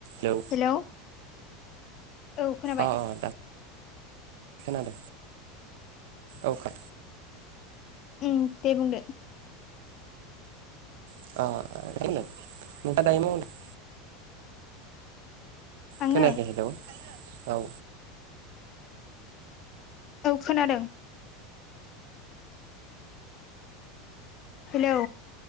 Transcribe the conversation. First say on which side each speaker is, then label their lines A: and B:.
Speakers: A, on the right (about 65°); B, on the left (about 30°).
A: औ
B: हेलौ। औ खोनाबाय
A: अ अ दा खोनादों औ खो
B: उम दे बुंदो।
A: अ <unintelligible>
B: आङो
A: खोनायाखै हेलौ औ।
B: औ खोनादों। हेलौ।